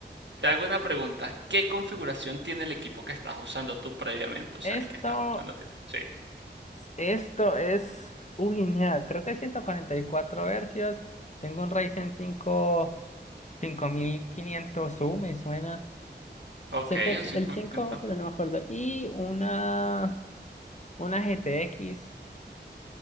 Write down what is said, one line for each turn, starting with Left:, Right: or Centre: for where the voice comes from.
Right: Te hago una pregunta. ¿Qué configuración tiene el equipo que estás usando tú previamente? O sea,
Left: Esto,
Right: el que estás usando. ahorita. Sí.
Left: esto es, uy, nea, creo que 144 hercios, tengo un Ryzen cinco cinco mil quinientos u me suena,
Right: Ok,
Left: sé que es
Right: un 5500.
Left: el 5 pero no me acuerdo, y una, una GTX,